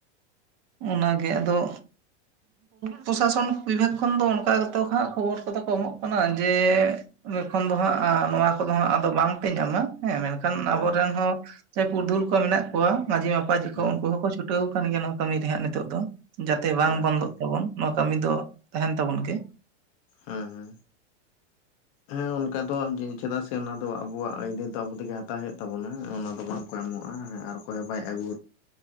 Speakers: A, on the right; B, on the left.
A: ᱚᱱᱟᱜᱮ ᱟᱫᱚ ᱯᱨᱚᱥᱟᱥᱚᱱ ᱵᱤᱵᱷᱟᱜᱽ ᱠᱷᱚᱱ ᱫᱚ ᱚᱱᱠᱟ ᱦᱟᱜ ᱠᱷᱚᱵᱚᱨ ᱠᱚᱫᱚ ᱠᱚ ᱮᱢᱚᱜ ᱠᱟᱱᱟ ᱡᱮ ᱮᱸᱰᱮ ᱠᱷᱚᱱ ᱫᱚ ᱦᱟᱸᱜ ᱱᱚᱣᱟ ᱠᱚᱫᱚ ᱦᱟᱸᱜ ᱟᱫᱚ ᱵᱟᱝᱯᱮ ᱧᱟᱢᱟ ᱦᱮᱸ ᱠᱷᱟᱱ
B: ᱦᱮᱸ
A: ᱟᱵᱚᱨᱮᱱ ᱦᱚᱸ ᱯᱩᱨᱩᱫᱷᱩᱞ ᱠᱚ ᱢᱮᱱᱟᱜ ᱠᱚᱣᱟ ᱢᱟᱺᱡᱷᱤ- ᱢᱟᱯᱟᱡᱷᱤ
B: ᱦᱮᱸ
A: ᱠᱚ ᱩᱱᱠᱩ ᱦᱚᱸᱠᱚ ᱪᱩᱴᱤᱜ ᱟ ᱪᱷᱩᱴᱟᱹᱣ ᱟᱠᱚ ᱜᱮᱭᱟ᱾ ᱱᱚᱣᱟ ᱠᱟᱹᱢᱤ ᱨᱮ ᱦᱟᱸᱜ ᱱᱤᱛᱚᱜ ᱫᱚ ᱡᱟᱛᱮ ᱵᱟᱝ
B: ᱟᱪᱪᱷᱟ
A: ᱵᱚᱱᱫᱚᱜ ᱛᱟᱵᱚᱱ ᱱᱚᱣᱟ ᱠᱟᱹᱢᱤ ᱫᱚ ᱛᱟᱦᱮᱱ ᱛᱟᱵᱚᱱ ᱜᱮ
B: ᱦᱮᱸ ᱦᱮᱸ ᱦᱮᱸ ᱚᱱᱠᱟ ᱫᱚ ᱪᱮᱫᱟᱜ ᱥᱮ ᱚᱱᱟ ᱫᱚ ᱟᱵᱚᱣᱟᱜ ᱟᱹᱭᱫᱟᱹᱨ ᱫᱚ ᱟᱵᱚ ᱛᱮᱜᱮ ᱦᱟᱛᱟᱣ ᱦᱩᱭᱩᱜ ᱛᱟᱵᱚᱱᱟ ᱚᱱᱟ ᱫᱚ ᱵᱟᱝ ᱠᱚ ᱮᱢᱚᱜᱼᱟ ᱟᱨ ᱚᱜᱩ ᱦᱚᱸ ᱵᱟᱭ ᱟᱹᱜᱩ